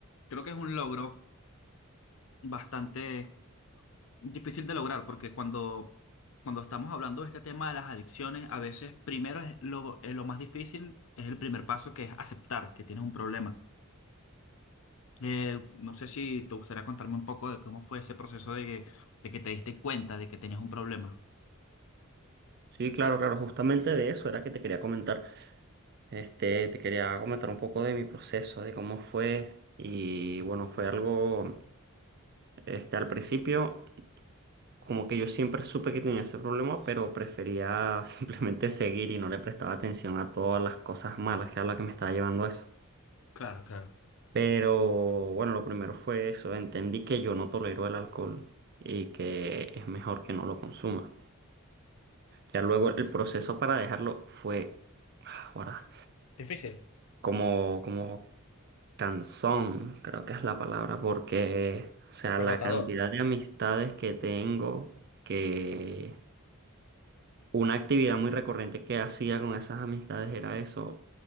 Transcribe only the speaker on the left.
creo que es un logro bastante difícil de lograr porque cuando, cuando estamos hablando de este tema de las adicciones, a veces primero es lo, es lo más difícil, es el primer paso que es aceptar que tienes un problema. Eh, no sé si te gustaría contarme un poco de cómo fue ese proceso de que, de que te diste cuenta de que tenías un problema.
claro, claro,
Difícil,
agotador.